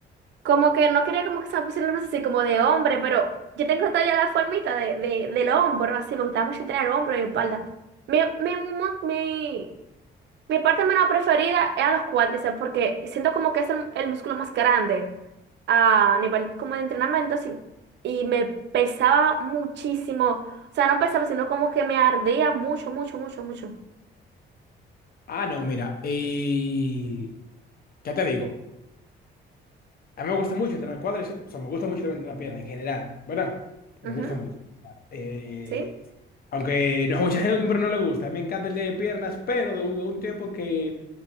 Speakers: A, on the right; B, on the left.
A: como que no quería como que se me pusieran los brazos así como de hombre, pero yo tengo todavía la formita de, de, del hombro, así. Me gustaba mucho entrenar el hombro y espalda. Mi, mi, mu- mi, mi parte menos preferida eran los cuádriceps porque siento como que es el, el músculo más grande a nivel como de entrenamiento así y me pesaba muchísimo, o sea, no pesaba, sino como que me ardía mucho, mucho, mucho, mucho.
B: Ah, no, mira, eh, ¿qué te digo? A mí me gusta mucho entrenar cuádriceps, o sea, me gusta mucho también entrenar pierna en general, ¿verdad? Me
A: Ujú,
B: gusta mucho. claro. Eh,
A: ¿Sí?
B: aunque no, <laughs> a mucha gente no le gusta, me encanta el de piernas, pero de un, de un tiempo en que